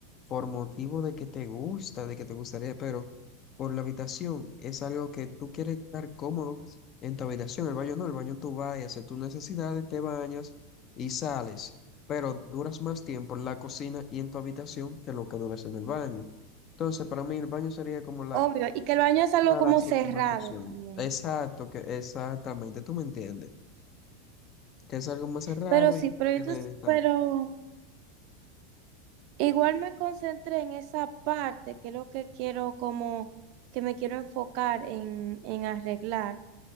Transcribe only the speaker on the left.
por motivo de que te gusta, de que te gustaría, pero por la habitación es algo que tú quieres estar cómodo en tu habitación. El baño no, el baño tú vas y haces tus necesidades, te bañas y sales, pero duras más tiempo en la cocina y en tu habitación que lo que duras en el baño. Entonces, para mí el baño sería como la,
una
de las
últimas opciones.
Exacto, que exactamente, tú me entiendes, que es algo más cerrado
y no
tiene